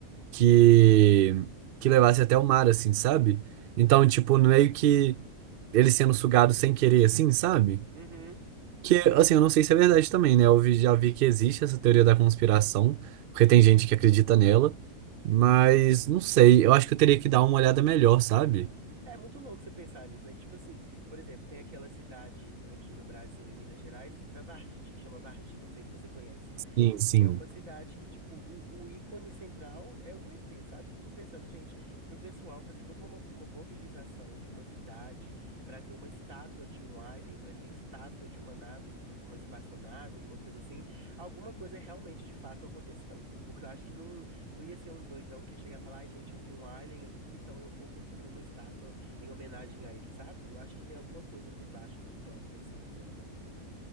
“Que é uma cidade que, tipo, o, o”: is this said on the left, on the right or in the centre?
Right